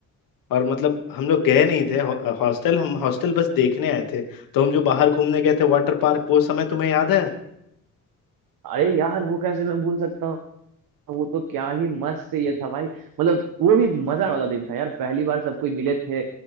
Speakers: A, on the left (about 85°); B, on the right (about 85°).
A: और मतलब हम लोग गए नहीं थे हॉ- हॉस्टल हम हॉस्टल बस देखने आए थे तो हम जो बाहर घूमने गए थे वाटर पार्क वो समय तुम्हें याद है
B: अरे यार वो कैसे मैं भूल सकता हूँ वो तो क्या ही मस्त ये था भाई मतलब वो भी मजा वाला दिन था यार पहली बार सब कोई मिले थे